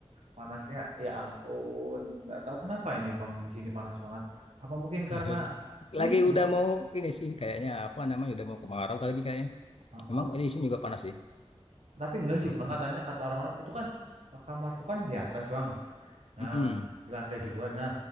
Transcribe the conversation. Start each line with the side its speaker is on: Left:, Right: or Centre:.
Right: panasnya ya ampun nggak tahu kenapa ini bang di sini panas banget apa mungkin
Left: <laughs>
Right: karena ini
Left: Lagi
Right: sih
Left: udah
Right: bang
Left: mau ini sih kayaknya apa namanya udah mau kemarau kali lagi kayaknya.
Right: Heeh.
Left: Memang di sini juga panas sih.
Right: Tapi enggak sih
Left: Mm-mm.
Right: bang katanya kata orang-orang itu kan eh, kamarku kan di atas bang nah
Left: Mm-mm.
Right: di lantai dua nah